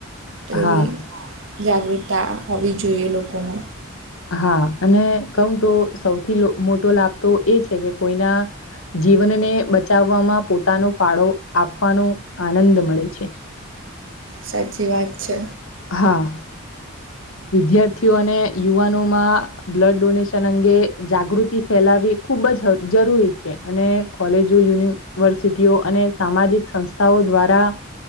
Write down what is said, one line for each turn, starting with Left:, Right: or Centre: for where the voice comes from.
Right: તો
Left: હા
Right: એવી જાગૃતતા હોવી જોઈએ લોકોમાં.
Left: હા, અને કઉ તો સૌથી મોટો લાભ તો એ છે કે કોઈના જીવનને બચાવવામાં પોતાનો ફાળો આપવાનો આનંદ મળે છે.
Right: સાચી વાત છે.
Left: હા. વિદ્યાર્થીઓ અને યુવાનોમાં બ્લડ ડોનેશન અંગે જાગૃતિ ફેલાવી ખૂબ જ જરૂરી છે. અને કોલેજો, યુનિવર્સિટીઓ અને સામાજિક સંસ્થાઓ દ્વારા